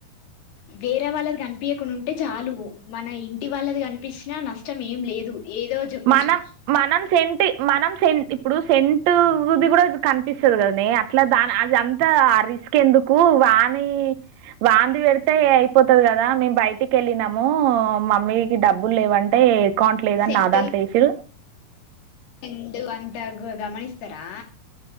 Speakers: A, on the left; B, on the right.
A: వేరే వాళ్ళది కనిపియ్యకుండా ఉంటే చాలు మన ఇంటి వాళ్ళది కనిపించినా నష్టం ఏం లేదు ఏదో చెప్పొచ్చు
B: మనం మనం సెంటి మనం సెంటి ఇప్పుడు సేంట్ ది కూడా కనిపిస్తది కదా నే అట్లా దాని అది అంతా ఆ రిస్క్ ఎందుకు కానీ వానిది పెడితే అయిపోతది కదా మేము బయటికి వెళ్ళినాము మమ్మీకి డబ్బులు లేవంటే అకౌంట్ లేదని
A: సెంటు
B: నా దాంట్లో ఏసిల్లు
A: సెండు అంత గో గమనిస్తారా